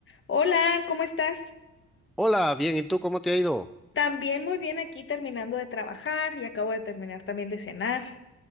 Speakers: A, on the left; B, in the centre.
A: Hola, ¿cómo estás?
B: Hola, bien, ¿y tú cómo te ha ido?
A: También muy bien aquí terminando de trabajar y acabo de terminar también de cenar.